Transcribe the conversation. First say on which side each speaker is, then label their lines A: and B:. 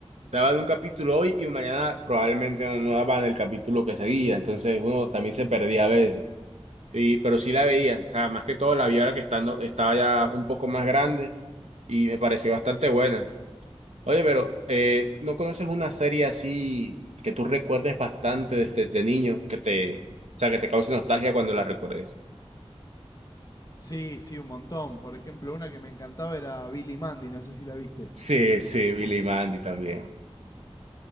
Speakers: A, on the right; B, on the left.
A: daban un capítulo hoy y mañana probablemente no, no daban el capítulo que seguía, entonces uno también se perdía a veces. Y, pero sí la veía, o sea, más que todo la vi ahora que estando, estaba ya un poco más grande y me pareció bastante buena. Oye, pero eh, ¿no conoces una serie así que tú recuerdes bastante desde de niño, que te, o sea, que te cause nostalgia cuando la recuerdes?
B: Sí, sí, un montón. Por ejemplo, una que me encantaba era Billy Mandy, no sé si la viste.
A: Sí, sí, Billy y Mandy también.